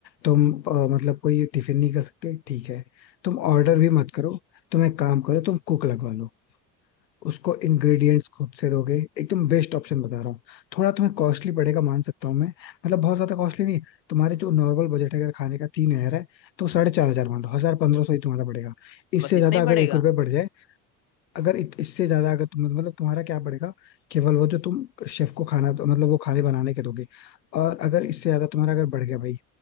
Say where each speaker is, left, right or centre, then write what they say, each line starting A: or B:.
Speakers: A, on the left; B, on the left.
A: तुम अ, मतलब कोई टिफिन नहीं कर सकते ठीक है तुम ऑर्डर भी मत करो तुम एक काम करो तुम कुक लगवा लो उसको इंग्रेडिएंट्स खुद से दोगे एकदम बेस्ट ऑप्शन बता रहा हूँ थोड़ा तुम्हें कॉस्टली पड़ेगा मान सकता हूँ मैं मतलब बहुत ज्यादा कॉस्टली नहीं तुम्हारे जो नॉर्मल बजट है अगर खाने का तीन हजार है तो साढ़े चार हजार मान लो हजार पंद्रह सौ ही तुम्हारा पड़ेगा इससे
B: बस इतना
A: ज्यादा
B: ही
A: अगर
B: पड़ेगा
A: एक रुपये बढ़ जाए अगर इत, इससे ज्यादा अगर तुम मतलब तुम्हारा क्या पड़ेगा केवल वो जो तुम शेफ को खाना दो मतलब वो खाने बनाने के दोगे और अगर इससे ज्यादा तुम्हारा अगर बढ़ गया भाई